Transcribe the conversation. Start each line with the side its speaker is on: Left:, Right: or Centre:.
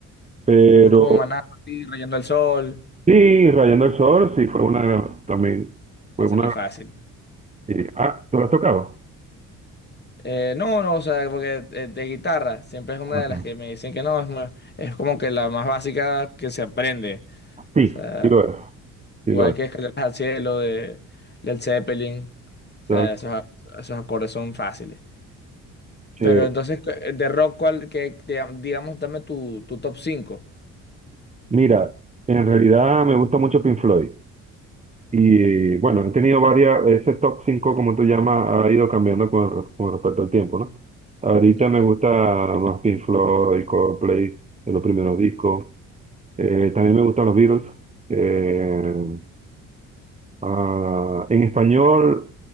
Right: pero
Left: Algo como Maná, así, Rayando el Sol.
Right: sí, Rayando el Sol, sí, fue una, también, fue
Left: Ese
Right: una
Left: es muy fácil.
Right: Sí. Ah, ¿tú lo has tocado?
Left: Eh, no, no, o sea, porque eh, de, guitarra siempre es una
Right: Ok.
Left: de las que me dicen que no, es, más- es como que la más básica que se aprende.
Right: Sí,
Left: O sea,
Right: sí lo es, sí
Left: igual
Right: lo es.
Left: que Escaleras al Cielo de Led Zeppelin, o sea,
Right: Está
Left: esos, esos acordes son fáciles.
Right: chévere.
Left: Pero entonces, cu- eh, de rock, ¿cuál, que, digamos, dame tu, tu top cinco
Right: Mira, en realidad me gusta mucho Pink Floyd. Y bueno, he tenido varias, ese top 5, como tú llamas, ha ido cambiando con, re- con respecto al tiempo, ¿no? Ahorita
Left: Ok.
Right: me gusta más Pink Floyd, Coldplay, de los primeros discos. Eh, también me gustan los Beatles. Eh, ah, en español,